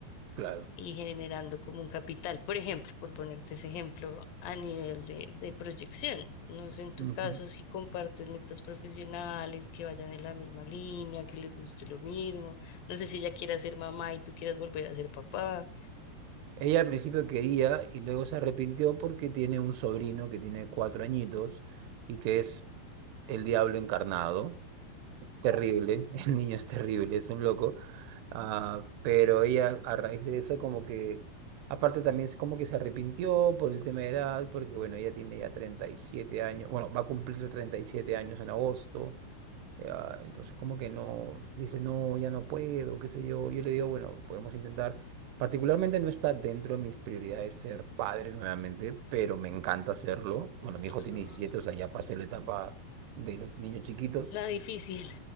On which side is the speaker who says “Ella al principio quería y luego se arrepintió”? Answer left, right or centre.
Right